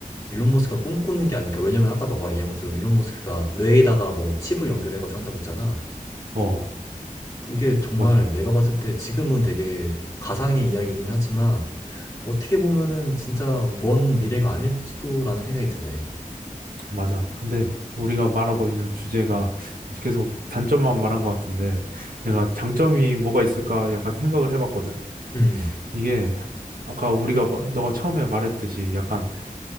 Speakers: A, on the left; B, on the right.
A: 일론 머스크가 꿈꾸는 게 아닐까. 왜냐면 아까 너가 얘기한 것처럼 일론 머스크가 뇌에다가 뭐 칩을 연결해가지고 한다고 했잖아.
B: 어,
A: 그게 정말
B: 맞아.
A: 내가 봤을 때 지금은 되게 가상의 이야기이긴 하지만 어떻게 보면은 진짜 먼 미래가 아닐지도라는 생각이 드네.
B: 맞아. 근데 우리가 말하고 있는 주제가 계속 단점만 말한 것 같은데 내가 장점이 뭐가 있을까 약간 생각을 해봤거든.
A: 음,
B: 이게 아까 우리가 마- 너가 처음에 말했듯이 약간